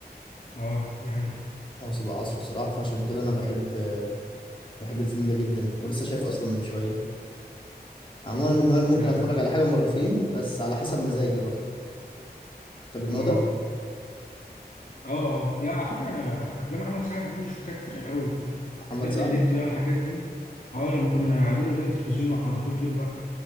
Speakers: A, on the left; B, on the left.
A: اه دي حقيقه
B: هو سبع عصر صراحة فعشان كده أنا بحب بحب الفيلم ده جدا ولسه شايفه أصلا من شوية عموما أنا من النوع اللي ممكن
A: اه
B: أتفرج على حاجة مرتين بس على حسب مزاجي برضه طب النوع
A: اه
B: ده
A: اه آه. لا على فكره انا افلام محمد سعد دي شفتها كتير قوي يعني
B: محمد
A: قبل
B: سعد
A: النت بقى والحاجات دي اه لما كنا قاعدين قدام التلفزيون على طول طول الوقت